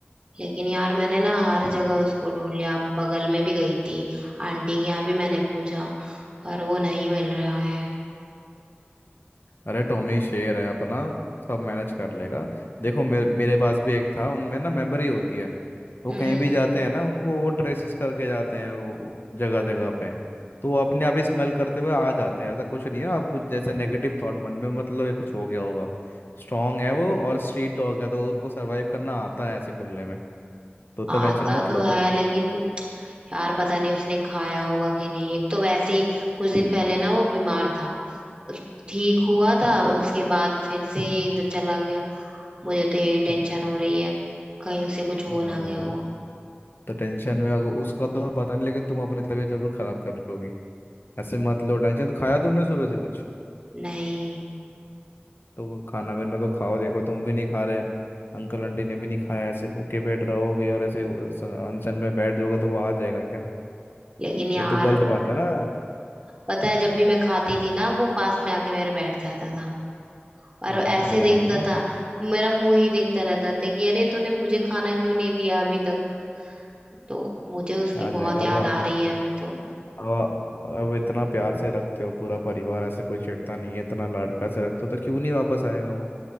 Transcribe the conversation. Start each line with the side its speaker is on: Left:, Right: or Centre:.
Right: लेकिन यार मैंने ना हर जगह उसको ढूंढ लिया अब बगल में भी गई थी आंटी के यहाँ भी मैंने पूछा पर वो नहीं मिल रहा है
Left: अरे टॉमी शेर है अपना सब मैनेज कर लेगा देखो मेरे मेरे पास भी एक था उनमें ना मेमोरी होती है वो
Right: हम्म
Left: कहीं भी जाते हैं ना उनको वो ट्रेसिस करके जाते हैं वो जगह जगह पे तो वो अपने आप ही स्मेल करते हुए आ जाते हैं ऐसा कुछ नहीं है आप कुछ जैसे नेगेटिव थॉट मन में मतलब ये कुछ हो गया होगा स्ट्रांग है वो और स्ट्रीट डॉग है तो उनको सरवाइव करना आता है ऐसे खुले में तो उतना
Right: आता
Left: टेंशन मत
Right: तो
Left: लो
Right: है लेकिन यार पता नहीं उसने खाया होगा कि नहीं एक तो वैसे ही कुछ दिन पहले ना वो बीमार था ठीक हुआ था उसके बाद फिर से ये इधर चला गया मुझे तो यही टेंशन हो रही है कहीं उसे कुछ हो
Left: अरे
Right: ना गया हो
Left: तो टेंशन में अगर- उसका तो पता नहीं लेकिन तुम अपनी तबीयत जरूर खराब कर लोगी ऐसे मत लो टेंशन खाया तुमने सुबह से कुछ
Right: नहीं
Left: तो खाना पीना तो खाओ देखो तुम भी नहीं खा रहे अंकल आंटी ने भी नहीं खाया ऐसे भूखे पेट रहोगे और ऐसे अनशन में बैठ जाओगे तो वो आ जाएगा क्या
Right: लेकिन यार
Left: ये तो गलत बात है ना
Right: पता है जब भी मैं खाती थी ना वो पास में आके मेरे बैठ जाता था और
Left: मैं
Right: ऐसे
Left: समझ
Right: देखता
Left: रहा हूँ ना
Right: था मेरा मुंह ही देखता रहता था कि अरे तूने मुझे खाना क्यों नहीं दिया अभी तक तो मुझे उसकी
Left: आ जाएगा
Right: बहुत याद
Left: वो आ
Right: आ
Left: जाएगा
Right: रही है अभी तो
Left: अब अब इतना प्यार से रखते हो पूरा परिवार ऐसे कोई छेड़ता नहीं है इतना लाड प्यार से रखते हो तो क्यों नहीं वापस आएगा वो